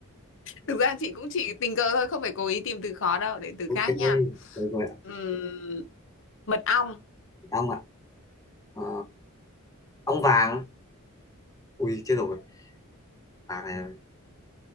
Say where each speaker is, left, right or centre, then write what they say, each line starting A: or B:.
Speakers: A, on the left; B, on the left.
A: Thực ra chị cũng chỉ tình cờ thôi, không phải cố ý tìm từ khó đâu, để từ
B: ok
A: khác nha.
B: rồi rồi ạ
A: Ừm, mật ong,
B: ông ạ ờ, ông vàng ui chết rồi vàng này